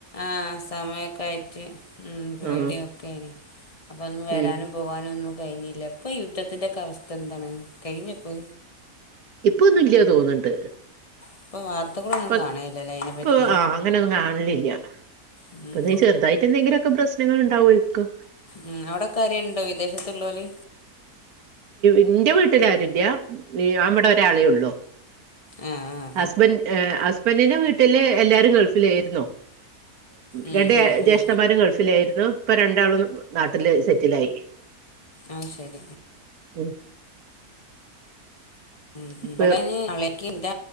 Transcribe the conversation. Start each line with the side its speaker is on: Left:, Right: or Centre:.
Left: ആഹ സമയമൊക്കെ ആയിട്ട് ഉ പേടിയൊക്കെനി
Right: ആ
Left: അപ്പ ഒന്ന് വരാനും
Right: ഉം
Left: പോകാനൊന്നും കഴിഞ്ഞില ഇപ്പം യുദ്ധത്തിൻ്റെയ ഒക്കെ അവസ്ഥ എന്താണ് കഴിഞ്ഞപ്പോ
Right: ഇപ്പൊന്നും ഇല്ലയോ തോന്നിണ്ട്
Left: ഇപ്പൊ വാർത്തകളൊന്നും
Right: പ്പ
Left: കാണേല്ലല്ലേ അതിനെ പറ്റി
Right: പ്പൊ ആഹ് അങ്ങനൊന്നു കാൺലില്ല.
Left: ഉം
Right: പ്പതേ ചെർതായിട്ടെന്തെങ്കിലൊക്കെ പ്രശ്നങ്ങൾ ഉണ്ടാവ്യേക്കു.
Left: ഉം ഔടെക്കാരേലുണ്ടോ വിദേശത്തുള്ളോല്.
Right: എന്റെ വീട്ടിലരുല്ല അവിടെ ഒരാളെള്ളു
Left: ആ ആ
Right: ഹസ്ബൻഡ്
Left: ആ
Right: ഏഹ് ഹസ്ബൻഡിന്റെ വീട്ടില് എല്ലാരും ഗൾഫിലേര്ന്നു.
Left: ഉം
Right: രണ്ട്
Left: ഉം ഉം
Right: ജേഷ്ഠന്മാരും ഗൾഫിലായിരുന്നു ഇപ്പൊ രണ്ടാളും നാട്ടില് സെറ്റിലായി
Left: ആഹ ശരി
Right: ഉം.
Left: ഉ
Right: ഇപ്പ
Left: ഇവിടെ അളകിണ്ട്